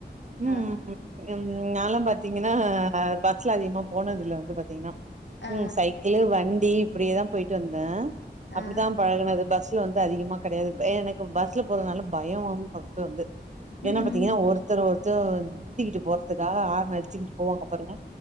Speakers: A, on the right; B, on the left.
A: ம்
B: ஆ
A: ம் ம் நாலா பாத்தீங்கன்னா பஸ்ல அதிகமா போனது இல்ல வந்து பாத்தீங்கன்னா
B: ஆ
A: ம் சைக்கிளு வண்டி இப்டியேதா போயிட்டு வந்த அப்படிதா
B: ஆ
A: பழகுனது பஸ்ல வந்து அதிகமா கடையாது எ எனக்கு பஸ்ல போறதுனால பயம் ஃபஸ்ட்டுல இருந்து என்ன
B: ம்
A: பாத்தீங்கன்னா
B: ம்
A: ஒருத்தர
B: ம்
A: ஒருத்தர் முந்திக்கிட்டு போறதுக்கா ஆர்ன அடிச்சிகிட்டு போவாங்க பாருங்க